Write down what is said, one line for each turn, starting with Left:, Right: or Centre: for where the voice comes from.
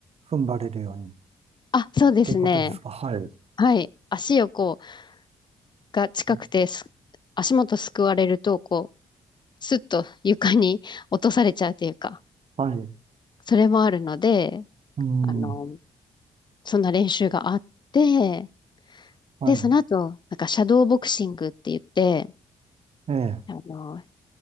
Right: 踏ん張れるようにっ
Left: あ、そうですね。
Right: ていうことですかはい。
Left: はい。足をこう、が近くてす、
Right: うん
Left: 足元すくわれると、こう、スッと床に <laughs> 落とされちゃうというか、
Right: はい。
Left: それもあるので、
Right: うん。
Left: あの、そんな練習があって、
Right: はい。
Left: で、その後、なんか、シャドーボクシングって言って、
Right: ええ。
Left: あの、